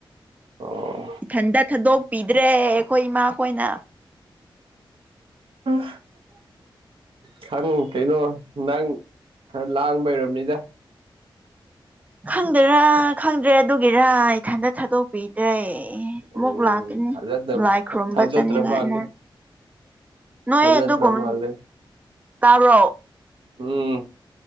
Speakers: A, on the right (about 70°); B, on the right (about 15°).
A: ꯑꯣ
B: ꯏꯊꯟꯇ ꯊꯥꯗꯣꯛꯄꯤꯗ꯭ꯔꯦ ꯑꯩꯈꯣꯏ ꯏꯃꯥꯈꯣꯏꯅ
A: ꯎꯝ ꯈꯪ ꯀꯩꯅꯣ ꯅꯪ ꯈꯔ ꯂꯥꯡꯕ ꯑꯣꯏꯔꯕꯅꯤꯗ
B: ꯈꯪꯗꯔꯥ ꯈꯪꯗ꯭ꯔꯦ ꯑꯗꯨꯒꯤꯔꯥ ꯏꯊꯟꯇ ꯊꯥꯗꯣꯛꯄꯤꯗ꯭ꯔꯦ ꯑꯦ
A: ꯎꯝ
B: ꯑꯃꯨꯛ ꯂꯥꯛꯀꯅꯤ
A: ꯊꯥꯖꯗ
B: ꯂꯥꯏ ꯈꯨꯔꯨꯝꯕ
A: ꯊꯥꯖꯗ꯭ꯔ
B: ꯆꯠꯅꯤꯡꯉꯥꯏ
A: ꯃꯥꯜꯂꯦ
B: ꯑꯃꯨꯛ ꯅꯣꯏ
A: ꯊꯥꯖꯗ꯭ꯔ
B: ꯑꯗꯨꯒꯨꯝ
A: ꯃꯥꯜꯂꯦ
B: ꯇꯥꯕ꯭ꯔꯣ
A: ꯎꯝ